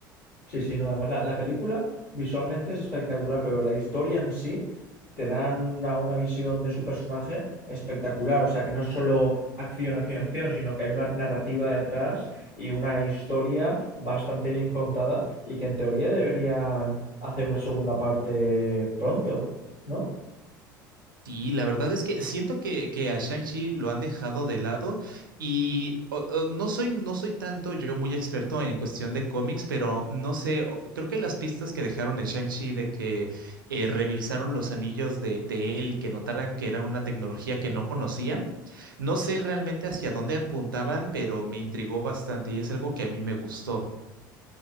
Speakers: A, on the left; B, on the right.
A: Sí, sí, no, además la, la película visualmente es espectacular, pero la historia en sí te dan una, una visión de su personaje espectacular, o sea que no es solo acción, acción, acción, sino que hay una narrativa detrás y una historia bastante bien contada y que en teoría deberían hacer una segunda parte pronto, ¿no?
B: Sí, la verdad es que siento que, que a Shang-Chi lo han dejado de lado y o- o, no soy, no soy tanto yo muy experto en cuestión de cómics, pero no sé, o- creo que las pistas que dejaron en Shang-Chi de que eh, revisaron los anillos de, de él y que notaran que era una tecnología que no conocían, no sé realmente hacia dónde apuntaban, pero me intrigó bastante y es algo que a mí me gustó.